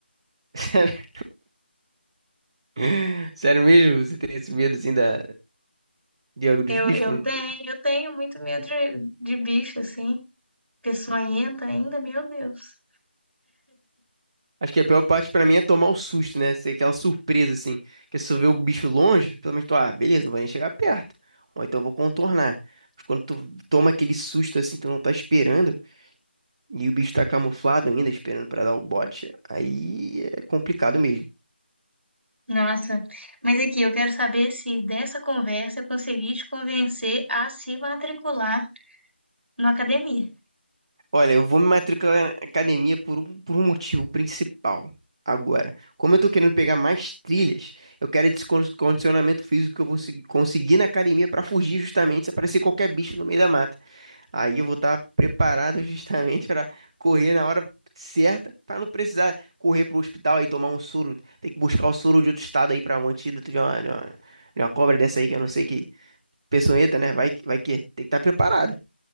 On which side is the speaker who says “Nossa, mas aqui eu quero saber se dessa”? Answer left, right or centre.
Right